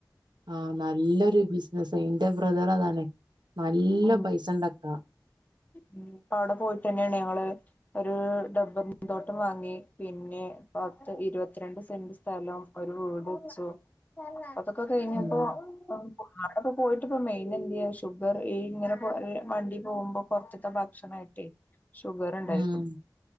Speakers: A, on the right; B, on the left.
A: ആഹ് നല്ലൊരു ബിസ്നസ എന്റെ ബ്രദർ അതാണെ നല്ല
B: ഉം
A: പൈസണ്ടാക്കാ.
B: ഉം അപ്പ അവിടെ പോയിട്ടന്നെയാണ് ഞങ്ങള് ഒരു ഡമ്പറ്ന്തോട്ടം വാങ്ങി പിന്നെ പത്ത് ഇര് വത്തിരണ്ട് സെന്റ് സ് സ്ഥലം ഒരു വീട് വച്ചു. അതൊക്കെ കഴിഞ്ഞപ്പോ
A: ഉം
B: അവിടെപ്പോ പോയിട്ട് ഇപ്പ മെയിനേന്ത്യേ ഷുഗർ ഈ ഇങ്ങനെപൊ വണ്ടി പോവുമ്പോ പൊർത്ത്ത്തെ ഭക്ഷണായിട്ടേയ് ഷുഗറ്ണ്ടായിക്ക്ണു.
A: ഉം